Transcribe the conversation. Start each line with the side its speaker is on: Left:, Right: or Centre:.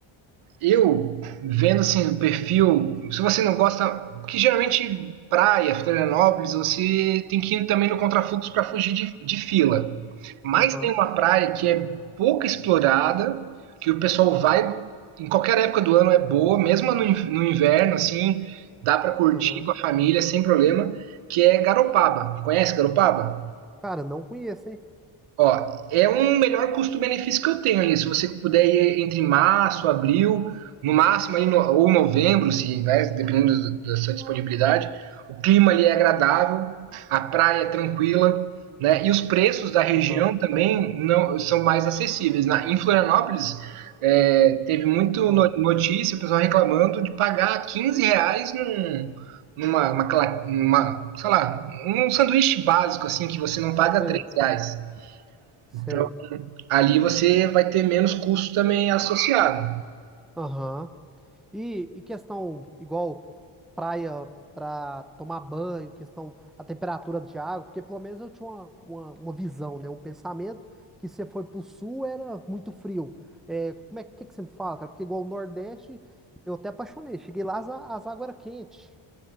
Right: eu vendo assim o perfil, se você não gosta, que geralmente praia, Florianópolis, você tem que ir também no contrafluxo para fugir de, de fila. Mas
Centre: Aham,
Right: tem uma praia que é pouco explorada, que o pessoal vai em qualquer época do ano é boa, mesmo no, no inverno assim, dá para curtir
Centre: aham.
Right: com a família sem problema, que é Garopaba. Conhece Garopaba?
Centre: Cara, não conheço, hein?
Right: Ó, é um melhor custo-benefício que eu tenho aí. Se você puder ir entre março, abril, no máximo aí no- ou novembro, se, né, dependendo do- da sua disponibilidade. O clima ali é agradável, a praia é tranquila, né? E os preços da região
Centre: Aham,
Right: também não são mais acessíveis. Na, em Florianópolis é, teve muito
Centre: aham.
Right: no- notícia, o pessoal reclamando de pagar 15 reais num, numa, uma cla- sei lá, um sanduíche básico assim que você não paga
Centre: Sei,
Right: 3 reais.
Centre: sei.
Right: Então, ali você vai ter menos custo também associado.
Centre: Aham. E, e questão igual praia para tomar banho, questão a temperatura de água, porque pelo menos eu tinha uma, uma, uma visão, né? Um pensamento que se você foi pro sul era muito frio. É, como é que, que você me fala, cara? Porque igual o Nordeste, eu até apaixonei. Cheguei lá, as, a- as águas eram quentes.